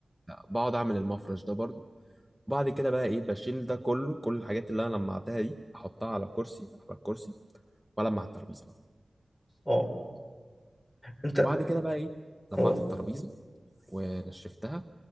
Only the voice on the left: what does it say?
اه انت
اه